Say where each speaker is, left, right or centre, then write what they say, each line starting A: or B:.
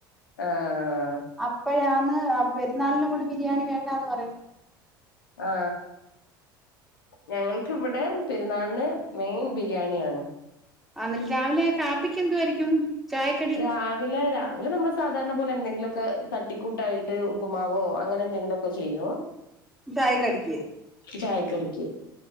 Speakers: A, on the left; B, in the centre.
A: ആഹ്.
B: അപ്പോഴാന്ന് ആ പെരുന്നാളിനും കൂടി ബിരിയാണി വേണ്ടാന്ന് പറുയുന്നു.
A: ആ ഞങ്ങൾക്ക് ഇവിടെ പെരുന്നാളിന് മെയിൻ ബിരിയാണി ആണ്.
B: അ ഇന്നല് രാവിലെ കാപ്പിക്ക് എന്തുവായിരിക്കും? ചായക്കടി
A: രാവ് വിലെ രാവിലെ നമ്മള് സാധാരണ പോലെ എന്തെങ്കിലും ഒക്കെ തട്ടിക്കൂട്ടായിട്ട് ഉപ്പുമാവോ അങ്ങനെ എന്തെങ്കിലും ഒക്കെ ചെയ്യും ഉം
B: തായക്കെടയ്ക്ക്.
A: ചായ കടിക്ക്.